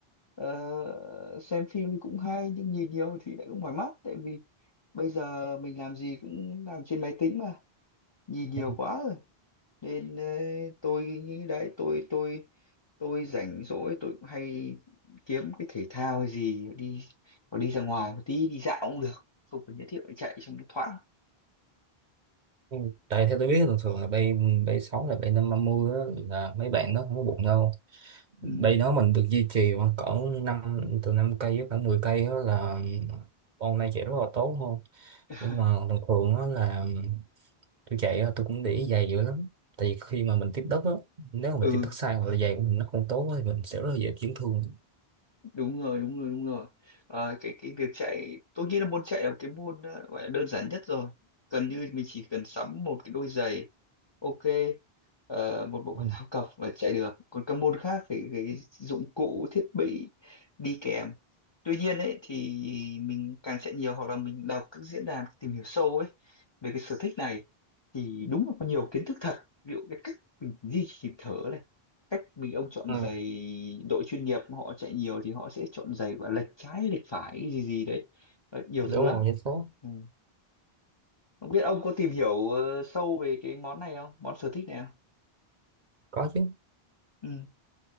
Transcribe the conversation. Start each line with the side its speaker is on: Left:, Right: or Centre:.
Left: Ờ, xem phim thì cũng hay nhưng nhìn nhiều thì lại cũng mỏi mắt tại vì bây giờ mình làm gì cũng làm trên máy tính mà nhìn nhiều
Right: ừ.
Left: quá rồi nên ờ, tôi nghĩ đấy tôi tôi tôi rảnh rỗi tôi cũng hay kiếm cái thể thao hay gì đi hoặc đi ra ngoài một tí đi dạo cũng được không cần nhất thiết phải chạy trong nó thoáng
Right: Ừ. Tại theo tôi biết thường thường là bay bay 6 là bay 530 á, là mấy bạn nó không có bụng đâu
Left: ừ.
Right: bay đó mình được duy trì khoảng cỡ năm từ 5 cây với cả 10 cây đó là con này chạy rất là tốt không
Left: <laughs>
Right: nhưng mà thường thường đó là tôi chạy á, tôi cũng để ý giày dữ lắm tại vì khi mà mình tiếp đất á nếu mà
Left: ừ
Right: mình tiếp đất sai hoặc là giày của mình nó không tốt á, thì mình sẽ rất là dễ chấn thương
Left: đúng rồi đúng rồi đúng rồi Ờ, cái cái việc chạy tôi nghĩ là môn chạy là một cái môn ờ, gọi là đơn giản nhất rồi gần như mình chỉ cần sắm một cái đôi giày ok ờ, một bộ
Right: ừ.
Left: quần áo cộc và chạy được còn các môn khác phải cái dụng cụ thiết bị đi kèm tuy nhiên ấy thì mình càng chạy nhiều hoặc là mình đọc các diễn đàn tìm hiểu sâu ấy về cái sở thích này thì đúng là có nhiều kiến thức thật ví dụ cái cách mình duy trì nhịp thở này cách mình ông chọn
Right: Ừ.
Left: giày đội chuyên nghiệp họ chạy nhiều thì họ sẽ chọn giày và lệch trái lệch phải gì gì đấy Đấy, nhiều
Right: đúng
Left: thứ
Right: rồi
Left: lắm
Right: vậy tốt
Left: ừ. không biết ông có tìm hiểu ờ, sâu về cái món này không món sở thích này không
Right: có chứ
Left: ừ.